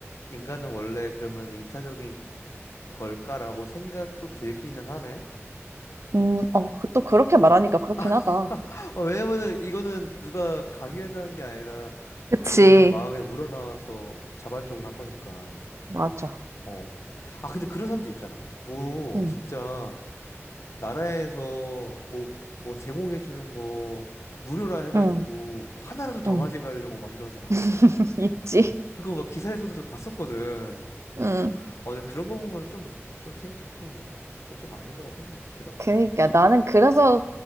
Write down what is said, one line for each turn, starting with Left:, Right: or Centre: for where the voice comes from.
Left: 인간은 원래 그러면 이타적인 걸까라고 생각도 들기는 하네.
Right: 음, 어, 그- 또 그렇게 말하니까 그렇긴 하다.
Left: <laughs> 어, 왜냐면은 이거는 누가 강요해서 한 게 아니라
Right: 그치.
Left: 본연의 마음에 우러나와서 자발적으로 한 거니까.
Right: 맞아.
Left: 어. 아, 근데 그런 사람도 있잖아. 뭐,
Right: 응,
Left: 진짜, 나라에서 뭐, 뭐 제공해주는 거 무료라 해가지고
Right: 응,
Left: 뭐 하나라도 더
Right: 응.
Left: 가져가려고 막 이런 사람.
Right: <laughs> 있지.
Left: 그거 막 기사에서도 봤었거든.
Right: 응.
Left: 어, 근데 그런 거 보면은 좀, 좀 생, 좀, 그건 좀 아닌 거라 생각이 들더라고.
Right: 그러니까 나는 그래서